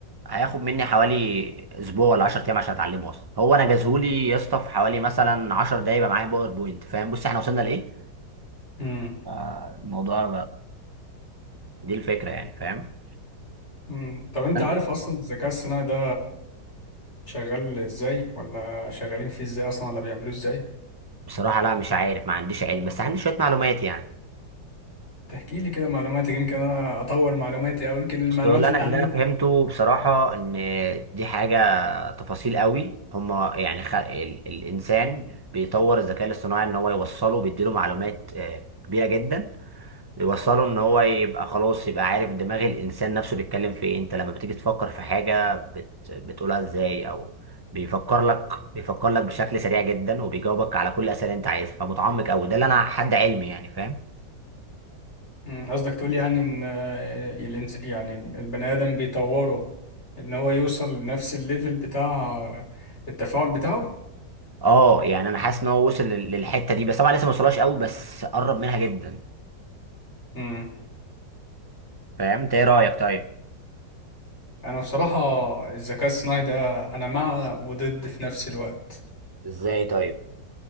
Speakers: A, on the right; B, on the left.
A: هياخد مني حوالي اسبوع ولا 10 ايام عشان اتعلمه اصلا هو انا جازهولي يا اسطى في حوالي مثلا 10 دقايق يبقى معايا باوربوينت فاهم بص احنا وصلنا لايه
B: مم.
A: آه، الموضوع دي الفكرة يعني فاهم
B: مم. طب انت
A: أن-
B: عارف اصلا الذكاء الصناعي ده شغال ازاي ولا شغالين فيه ازاي اصلا ولا بيعملوه ازاي
A: بصراحة لا مش عارف ما عنديش علم بس عندي شوية معلومات يعني
B: تحكي لي كده معلوماتك يمكن انا اطور معلوماتي او يمكن المعلومات
A: بس اللي
B: اللي
A: انا
B: عندنا
A: اللي انا فهمته بصراحة ان دي حاجة تفاصيل قوي هما يعني خ... ال... الانسان بيطور الذكاء الاصطناعي ان هو يوصله بيديله معلومات آه، كبيرة جدا يوصله ان هو يبقى خلاص يبقى عارف دماغ الانسان نفسه بيتكلم في ايه انت لما بتيجي تفكر في حاجه بت... بتقولها ازاي او بيفكر لك بيفكر لك بشكل سريع جدا وبيجاوبك على كل الاسئله اللي انت عايزها فمتعمق قوي ده اللي انا حد علمي يعني فاهم
B: مم، قصدك تقول يعني ان آه، الإنس- يعني البني ادم بيطوره ان هو يوصل لنفس الليفل بتاع التفاعل بتاعه
A: اه يعني انا حاسس ان هو وصل لل- للحته دي بس طبعا لسه ما وصلهاش قوي بس قرب منها جدا
B: مم.
A: فاهم انت ايه رايك طيب
B: انا بصراحة الذكاء الصناعي ده انا مع وضد في نفس الوقت
A: ازاي طيب